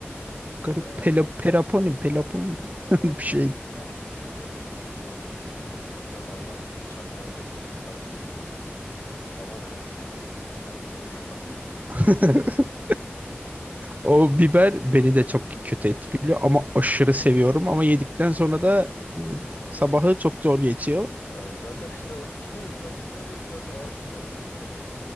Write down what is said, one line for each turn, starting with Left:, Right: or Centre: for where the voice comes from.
Right: garip
Left: E,
Right: pelo, peraponi, peloponi mi?
Left: valla
Right: <laughs>
Left: bir-
Right: bir şeydi.
Left: onu bitirdim öyle söyleyeyim sana her ikisinin önünde. Bir de ayran, ketçap, mayonez öyle bir karıştırdım. Sabah böyle midemin gurultularıyla <laughs> uyandım.
Right: <laughs> O biber beni de çok kötü etkiliyor ama aşırı seviyorum ama yedikten sonra da hmm, sabahı çok zor geçiyor.
Left: Evet, zaten işte onun için diyorum ya şu an midem böyle biraz ağrıyor biraz kötü oldum.